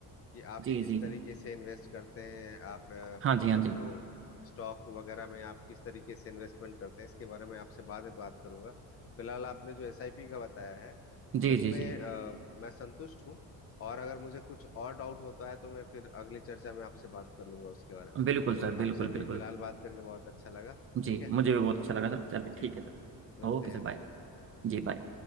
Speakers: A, on the left; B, on the right.
A: कि आप
B: जी
A: किस
B: जी
A: तरीके से इन्वेस्ट करते हैं आप अ,
B: हाँ जी
A: मतलब
B: हाँ जी
A: जो स्टॉक वगैरह में आप किस तरीके से इन्वेस्टमेंट करते हैं इसके बारे में आपसे बाद में बात करूंगा फिलहाल आपने जो एसआईपी का बताया है
B: जी
A: उसमें
B: जी जी
A: अ, मैं संतुष्ट हूँ और अगर मुझे कुछ और डाउट होता है तो मैं फिर अगली चर्चा में आपसे बात कर लूंगा उसके बारे में
B: बिल्कुल सर
A: आपसे
B: बिल्कुल
A: अभी
B: बिल्कुल
A: फिलहाल बात करके बहुत अच्छा लगा
B: जी
A: ठीक है
B: मुझे भी बहुत अच्छा लगा सर चलिए
A: ठीक
B: ठीक है सर
A: मिलते
B: Okay sir
A: हैं
B: bye
A: चलिए
B: जी बाय